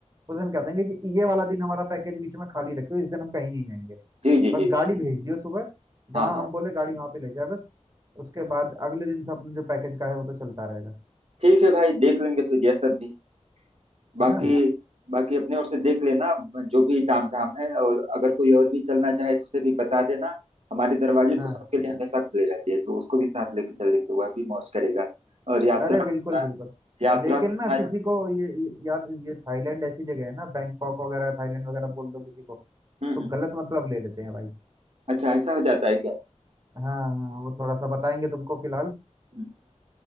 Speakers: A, on the right; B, on the right.
A: उस दिन कह देंगे कि ये वाला दिन हमारा पैकेज बीच में खाली रखो इस दिन हम कहीं नहीं जाएंगे
B: जी जी
A: बस
B: जी
A: गाड़ी भेज दियो सुबह जहाँ
B: हाँ हाँ
A: हम बोले गाड़ी वहाँ पे ले जाए बस उसके बाद अगले दिन से अपने जो पैकेज का है वो तो चलता रहेगा
B: ठीक है भाई देख लेंगे फिर यह सब भी बाकी
A: है ना
B: बाकी अपने ओर से देख लेना जो भी तामझाम है और अगर कोई और भी चलना चाहे तो उसे भी बता देना हमारे दरवाजे
A: हाँ
B: तो सबके लिए हमेशा खुले रहते हैं तो उसको भी साथ लेके चलेंगे वह भी मौज करेगा और यात्रा
A: अरे
B: को
A: बिल्कुल
B: इतना
A: बिल्कुल
B: यात्रा
A: लेकिन
B: को इतना
A: ना किसी को ये, ये यार ये थाईलैंड ऐसी जगह है ना बैंकॉक वगैरह थाईलैंड वगैरह बोल दो किसी को
B: हम्म
A: तो
B: हम्म
A: गलत मतलब ले लेते हैं भाई
B: अच्छा ऐसा हो जाता है क्या
A: हाँ हाँ वो थोड़ा सा बताएंगे तुमको फिलहाल
B: हम्म,